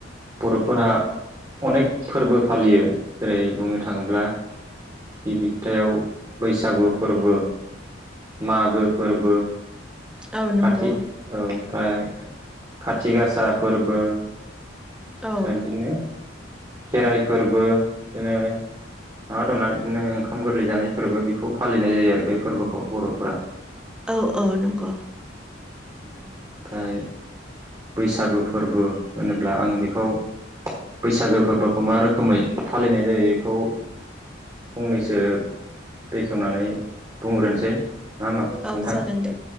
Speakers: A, on the right (about 20°); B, in the centre.
A: बर'फोरा अनेक फोरबो फालियो जेरै बुंनो थाङोब्ला गिबि खोथायाव बैसागु फोरबो मागो फोरबो
B: औ नंगौ
A: खाथि औ ओमफ्राय खाथि गासा फोरबो
B: औ
A: बा इदिनो खेराइ फोरबो इदिनो माबा दंना इदिनो ओंखाम गोरलै जानाय फोरबो बेखौ फालिनाय जायो आरो बे फोरबोखौ बर'फोरा
B: औ औ नंगौ
A: ओमफ्राय बैसागो फोरबो होनोब्ला आं बे औ बैसागो फोरबोखौ मा रोखोमै फालिनाय जायो बेखौ फंनैसो बेखेवनानै बुंग्रोनोसै। नङा होमबा नोंथां
B: औ जागोन दे